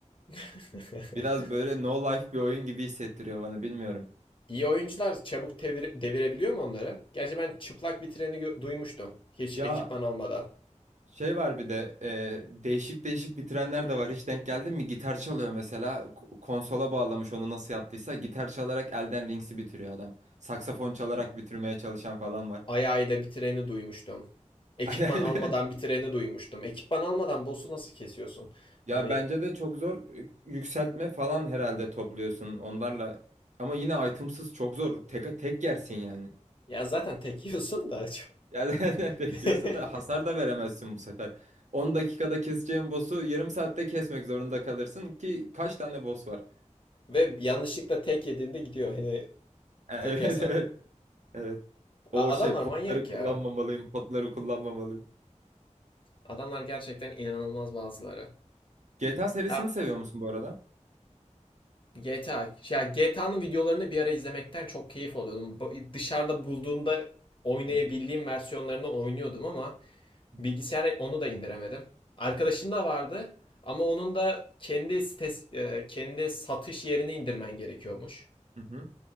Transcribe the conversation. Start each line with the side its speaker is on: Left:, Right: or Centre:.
Left: <laughs>
Right: Biraz böyle no life bir oyun gibi hissettiriyor bana bilmiyorum.
Left: İyi oyuncular çabuk tevir- devirebiliyor mu onları? Gerçi ben çıplak bir treni duymuştum. Hiç
Right: Ya.
Left: ekipman almadan.
Right: Şey var bir de e, değişik değişik bitirenler de var. Hiç denk geldin mi? Gitar çalıyor mesela. K- Konsola bağlamış onu nasıl yaptıysa. Gitar çalarak Elden Rings'i bitiriyor adam. Saksafon çalarak bitirmeye çalışan falan var.
Left: Ayağıyla bir treni duymuştum. Ekipman
Right: <laughs> Ayağıyla-
Left: almadan bir treni duymuştum. Ekipman almadan boss'u nasıl kesiyorsun? Hani
Right: Ya bence de çok zor e, yükseltme falan herhalde topluyorsun onlarla. Ama yine itemsız çok zor. Tek, tek yersin yani.
Left: ya zaten tek yiyorsun da.
Right: Yani <laughs> tek
Left: <laughs>
Right: yiyorsun da hasar da veremezsin bu sefer. on dakikada keseceğin boss'u yarım saatte kesmek zorunda kalırsın ki kaç tane boss var? <laughs>
Left: Ve yanlışlıkla tek yediğinde gidiyor. Hani
Right: Evet
Left: tek yersen...
Right: evet. Evet.
Left: A-
Right: O
Left: adamlar
Right: şey potları
Left: manyak
Right: kullanmamalıyım,
Left: ya.
Right: potları kullanmamalıyım.
Left: Adamlar gerçekten inanılmaz bazıları.
Right: GTA serisini
Left: Ya
Right: seviyor musun bu arada?
Left: GTA. Ya GTA'nın videolarını bir ara izlemekten çok keyif alıyordum. Dışarıda bulduğumda oynayabildiğim
Right: Hı hı.
Left: versiyonlarını oynuyordum ama
Right: Hı
Left: bilgisayara
Right: hı.
Left: onu da indiremedim. Arkadaşım da vardı ama onun da kendi sites, e, kendi satış yerini indirmen gerekiyormuş.
Right: Hı hı.